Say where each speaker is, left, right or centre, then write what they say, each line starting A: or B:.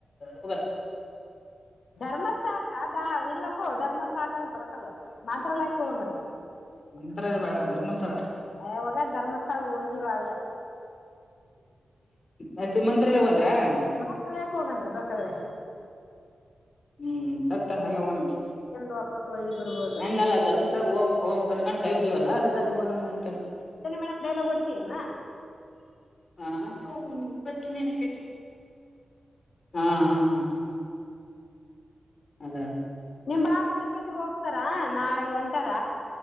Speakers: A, on the left (about 50°); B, on the left (about 70°).
A: ಹೋಗನಾ
B: ಧರ್ಮಸ್ಥಳಕ್ಕ ಇಲ್ಲಪ್ಪೋ ಧರ್ಮಸ್ಥಳಕ್ಕ ಆದ್ರೆ ಬರೋಕಲ್ಲ ಮಂತ್ರಾಲಯಕ್ಕೆ ಹೋಗಣ ಬಣ್ರಿ
A: ಮಂತ್ರಾಲಯ ಬೇಡ ಧರ್ಮಸ್ಥಳ.
B: ಹೇ ಹೋಗ ಧರ್ಮಸ್ಥಳಕ್ಕ ಹೋಗಿವ ಆಗ್ಲೇ
A: ಅಯ್ತ್ರಿ ಮಂತ್ರಾಲಯ ಹೋಗಂದ್ರ
B: ಮಂತ್ರಾಲಯ ಕ್ಕ್ ಹೋಗೋಣ ಬೇಕಾದ್ರೆ.
A: ಹ್ಮ್ ಸತ್ತ ತಗ ಅಂಗೇ ಹೋಗೋನಂತೆ
B: ಇಂದ ವಾಪಾಸ್ ಒಳ್ಳಿ ಬರ್ಬದು
A: ಹಂಗಲ್ಲ ಧರ್ಮಸ್ಥಳ ಹೋಗ್ಬೇಕು ಹೋಗ್ಬೇಕು ಅನ್ಕೊಂಡು ಕೈ ಬಿಟ್ಟಿವಲ್ಲ ಅದಕ್ಕ ಅಲ್ಲಿ <unintelligible> ಅನ್ಕೊಂಡು
B: ಮೇಡಮ್ ಡೈಲಾಗ್ ಹೊಡಿತೀಯನ
A: ಹ ಹೋಗ <unintelligible> ಬತ್ತುನನ ಕಟ್ಟ ಹಾ ಹಾ ಹಾ ಅದ
B: ನಿಮ್ ಭಾವ ತಿರುಪತಿಗ್ ಹೋಗ್ತಾರಾ ನಾಳೆ ಹೊಂಟಾರ